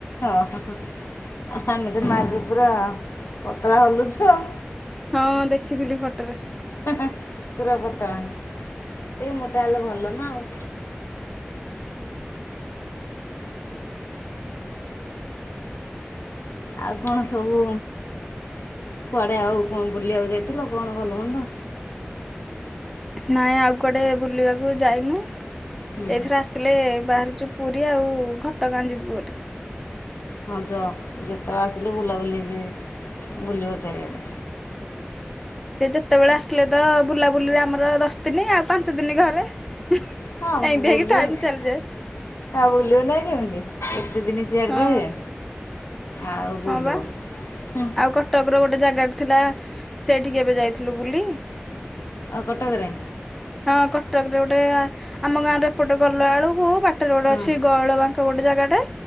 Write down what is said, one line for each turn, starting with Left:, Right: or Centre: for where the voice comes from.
Left: ଓହୋ ଆମେ ତ ମା ଝିଅ ପୁର ପତଳା ହଲୁଚୁ ଆଉ।
Centre: ହଁ, ଦେଖିଥିଲି ଫଟରେ।
Left: ହେହେଁ ପୁରା ପତଳା, ଟିକେ ମୋଟା ହେଲେ ଭଲ ନା ଆଉ। ଆଉ କଣ ସବୁ କୁଆଡ଼େ ଆଉ କଣ ବୁଲିବାକୁ ଯାଇଥିଲ, କଣ ଭଲ ମନ୍ଦ?
Centre: ନାଇଁ ଆଉ କୁଆଡେ ବୁଲିବାକୁ ଯାଇନୁ। ଏଥର
Left: ହୁଁ
Centre: ଆସି ଆସିଲେ, ବାହାରିଚୁ ପୁରୀ ଆଉ ଘଟଗାଁ ଯିବୁ ବୋଲି।
Left: ହଁ ଯଅ ଯେତେବେଳେ ଆସିଲି ବୁଲାବୁଲି କି ବୁଲିବ ଚାରିଆଡ଼େ।
Centre: ସେ ଯେତେବେଳେ ଆସିଲେ ତ ବୁଲାବୁଲିରେ ଆମର ଦଶ ଦିନ, ଆଉ ପାଞ୍ଚ ଦିନ ଘରେ। ଏଇନ୍ତି
Left: ହଁ ବୁଲିବ
Centre: ହେଇ କି ଟାଇମ
Left: ନି-
Centre: ଚାଲିଯାଏ।
Left: ଆଉ ବୁଲିବ ନାଁଇ କେମିତି, ଏତେ ଦିନ ସିଆଡଡେ
Centre: ହଁ
Left: ରହିବେ। ଆଉ ବୁଲିବ
Centre: ହଁ ବା,
Left: ହୁଁ
Centre: ଆଉ କଟକର ଗୋଟେ ଜାଗାଟେ ଥିଲା ସେଇଠିକି ଏବେ ଯାଇଥିଲୁ ବୁଲି।
Left: ଓ କଟକରେ?
Centre: ହଁ, କଟକ ରେ ଗୋଟେ ଆ ଆମ ଗାଁ ଏପଟେ ଗଲା ବେଳକୁ ବାଟରେ ଗୋଟେ
Left: ହଁ
Centre: ଅଛି ଗହଳ ବାଙ୍କ କ ଗୋଟେ ଜାଗା ଟା,